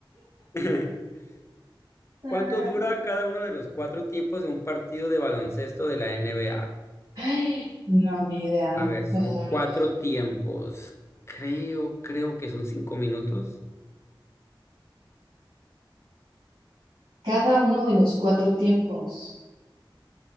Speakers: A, on the left (about 30°); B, on the right (about 75°).
A: <laughs>
B: Ah,
A: ¿Cuánto dura cada uno de los cuatro tiempos de un partido de baloncesto de la NBA? A
B: ay, no, ni idea.
A: A ver, si
B: Ah,
A: son cuatro tiempos, creo, creo que son cinco minutos.
B: Cada uno de los cuatro tiempos.